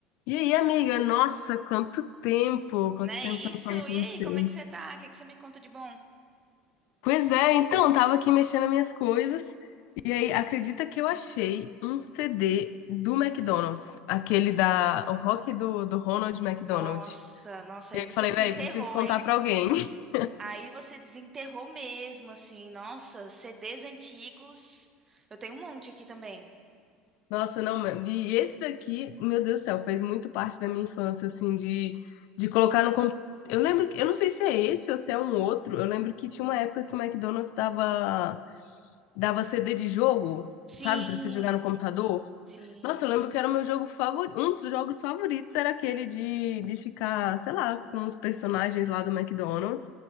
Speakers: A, on the left (about 60°); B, on the right (about 20°).
A: E aí, amiga? Nossa, quanto tempo! Quanto
B: Não é
A: tempo
B: isso?
A: que eu não falo com
B: E
A: você.
B: aí, como é que você tá? O que que você me conta de bom?
A: Pois é, então, tava aqui mexendo nas minhas coisas. E aí, acredita que eu achei um CD do McDonald's, aquele da, o rock do, do Ronald McDonald.
B: Nossa, nossa,
A: E
B: aí
A: aí
B: você
A: eu falei,
B: desenterrou,
A: velho, preciso contar
B: hein?
A: pra alguém. <laughs>
B: Aí você desenterrou mesmo, assim, nossa, CDs antigos. Eu tenho um monte aqui também.
A: Nossa, não, mano. E esse daqui, meu Deus do céu, fez muito parte da minha infância, assim, de, de colocar no computador. Eu lembro, que- eu não sei se é esse ou se é um outro. Eu lembro que tinha uma época que o McDonald's dava dava CD de jogo,
B: Sim,
A: sabe, pra você jogar no computador.
B: sim.
A: Nossa, eu lembro que era o meu jogo favorito, um dos jogos favoritos era aquele de, de ficar, sei lá, com os personagens lá do McDonald's